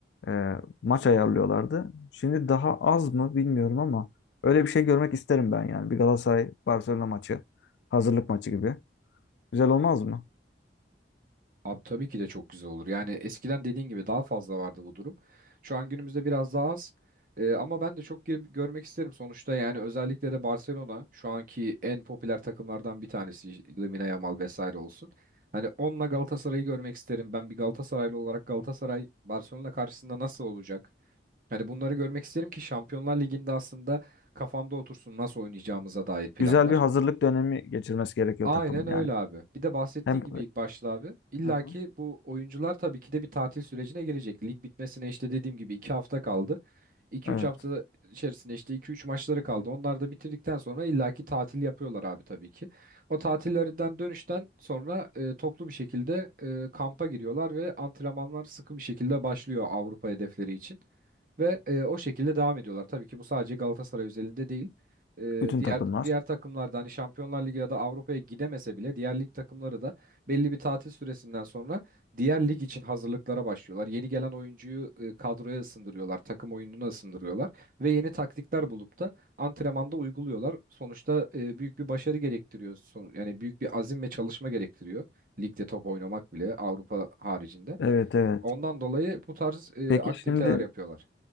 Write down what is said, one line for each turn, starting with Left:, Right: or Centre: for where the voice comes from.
Left: e, maç ayarlıyorlardı. Şimdi daha az mı bilmiyorum ama öyle bir şey görmek isterim ben yani. Bir Galatasaray-Barcelona maçı, hazırlık maçı gibi. Güzel olmaz mı?
Right: Abi tabii ki de çok güzel olur. Yani eskiden dediğin gibi daha fazla vardı bu durum. Şu an günümüzde biraz daha az. Ee, ama ben de çok girip görmek isterim sonuçta. Yani özellikle de Barcelona şu anki en popüler takımlardan bir tanesi Lamine Yamal vesaire olsun. Hani onunla Galatasaray'ı görmek isterim. Ben bir Galatasaraylı olarak Galatasaray Barcelona karşısında nasıl olacak? Hani bunları görmek isterim ki Şampiyonlar Ligi'nde aslında kafamda otursun nasıl oynayacağımıza dair planlar.
Left: Güzel bir hazırlık dönemi geçirmesi gerekiyor
Right: Aynen
Left: takımın
Right: öyle
Left: yani.
Right: abi. Bir de bahsettiğin
Left: Hem e,
Right: gibi ilk başta abi. İlla
Left: Hı hı.
Right: ki bu oyuncular tabii ki de bir tatil sürecine girecek. Lig bitmesine işte dediğim gibi 2 hafta kaldı. 2
Left: evet,
Right: üç hafta içerisinde işte iki üç maçları kaldı. Onlar da bitirdikten sonra illa ki tatil yapıyorlar abi tabii ki. O tatillerinden dönüşten sonra e, toplu bir şekilde e, kampa giriyorlar ve antrenmanlar sıkı bir şekilde başlıyor Avrupa hedefleri için. Ve e, o şekilde devam ediyorlar. Tabii ki bu sadece Galatasaray özelinde değil. E,
Left: bütün
Right: diğer
Left: takımlar.
Right: diğer takımlarda hani Şampiyonlar Ligi ya da Avrupa'ya gidemese bile diğer lig takımları da belli bir tatil süresinden sonra diğer lig için hazırlıklara başlıyorlar. Yeni gelen oyuncuyu e, kadroya ısındırıyorlar, takım oyununa ısındırıyorlar ve yeni taktikler bulup da antrenmanda uyguluyorlar. Sonuçta e, büyük bir başarı gerektiriyor. Son, yani büyük bir azim ve çalışma gerektiriyor. Ligde top oynamak bile Avrupa haricinde.
Left: Evet evet.
Right: Ondan dolayı bu tarz e,
Left: Peki
Right: aktiviteler
Left: şimdi
Right: yapıyorlar.